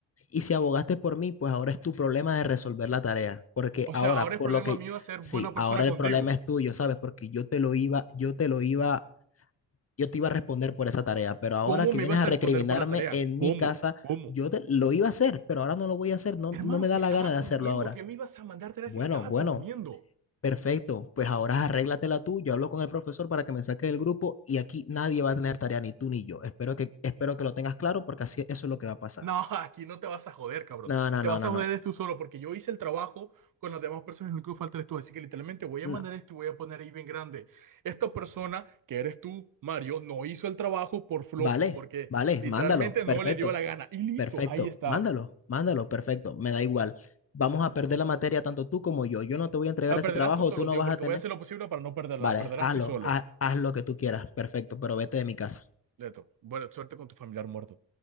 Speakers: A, on the left (about 35°); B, on the right (about 50°).
A: Y si abogaste por mí, pues ahora es tu problema de resolver la tarea, porque
B: O
A: ahora,
B: sea, ahora
A: por
B: es problema
A: lo que,
B: mío ser
A: sí,
B: buena persona
A: ahora
B: contigo.
A: el problema es tuyo, ¿sabes? Porque yo te lo iba, yo te lo iba yo te iba a responder por esa tarea, pero ahora
B: ¿Cómo
A: que
B: me
A: vienes
B: ibas
A: a
B: a
A: recriminarme
B: responder por la tarea?
A: en
B: ¿Cómo?
A: mi casa,
B: ¿Cómo?
A: yo te- lo iba a hacer, pero ahora no lo voy a hacer, no,
B: Hermano,
A: no me
B: si
A: da
B: estaba
A: la gana
B: durmiendo,
A: de hacerlo ahora.
B: ¿qué me ibas a mandar tarea
A: Bueno,
B: si estaba
A: bueno,
B: durmiendo?
A: perfecto, pues ahora arréglatela tú, yo hablo con el profesor para que me saque del grupo y aquí nadie va a tener tarea, ni tú ni yo. Espero que, espero que lo tengas claro porque así eso es lo que va a pasar.
B: No, <laughs> aquí no te vas a joder, cabrón.
A: No, no,
B: Te
A: no,
B: vas
A: no,
B: a joder
A: no,
B: eres tú solo porque yo hice el trabajo con las demás personas y lo único que falta eres tú. Así que literalmente voy a
A: no.
B: mandar esto y voy a poner ahí bien grande. Esta persona, que eres tú, Mario, no hizo el trabajo por flojo,
A: Vale,
B: porque
A: vale,
B: literalmente
A: mándalo, perfecto,
B: no le dio la gana. Y listo,
A: perfecto,
B: ahí está.
A: mándalo, mándalo, perfecto, me da igual. Vamos a perder la materia tanto tú como yo. Yo no te voy a entregar
B: La
A: ese
B: perderás
A: trabajo,
B: tú solo,
A: tú no
B: tío,
A: vas
B: porque
A: a tener
B: voy a hacer lo posible para no perderla.
A: Vale,
B: La perderás
A: hazlo,
B: tú solo.
A: haz, haz lo que tú quieras, perfecto, pero vete de mi casa.
B: Leto, buena suerte con tu familiar muerto.